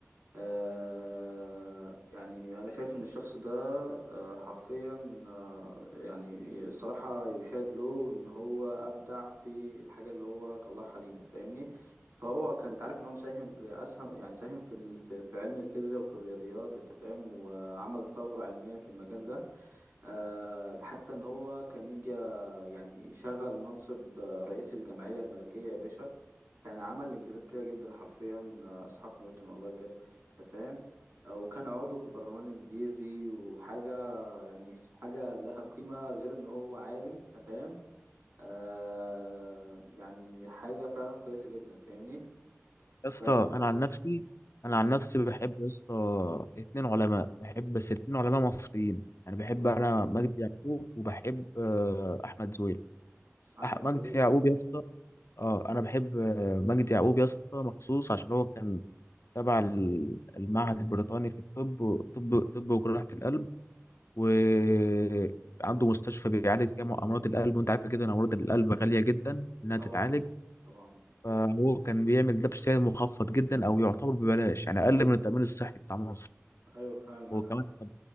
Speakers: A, on the right (about 55°); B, on the left (about 65°).
A: آه، يعني أنا شايف إن الشخص ده آه، حرفيا آه، يعني الصراحة يشاد له إن هو أبدع في الحاجة اللي هو طلعها لينا فاهمني فهو كان تعرف إن هو مساهم زي أسهم يعني ساهم في ال- في في علم الفيزياء وفي الرياضيات أنت فاهم وعمل ثورة علمية في المجال ده آه، حتى ان هو كان يجي يعني شغل منصب آه، رئيس الجمعية الملكية يا باشا كان عمل انجازات كتيرة جدا حرفيا آه، اسحاق نيوتن والله بجد انت فاهم آه، وكان عضو في البرلمان الانجليزي وحاجة يعني حاجة لها قيمة غير ان هو عالم انت فاهم آه يعني حاجة فعلا كويسة جدا فاهمني
B: يا اسطى
A: فانت
B: انا عن نفسي انا عن
A: اه
B: نفسي بحب يا اسطى اتنين علماء بحب بس اتنين علماء مصريين يعني بحب
A: اه
B: انا مجدي يعقوب وبحب آه احمد زويل
A: احمد
B: أح مجدي
A: زويل
B: يعقوب يا اسطى اه انا بحب آه مجدي يعقوب يا اسطى مخصوص عشان هو كان تبع ال- المعهد البريطاني في الطب طب طب وجراحة القلب وعنده مستشفى بيعالج فيها امراض القلب وانت عارفه جدا امراض القلب غاليه جدا انها
A: طبعا
B: تتعالج
A: طبعا
B: فهو كان بيعمل ده بسعر مخفض جدا او يعتبر ببلاش يعني اقل من التامين الصحي بتاع مصر
A: ايوه فعلا معاك
B: هو كمان
A: حق
B: كان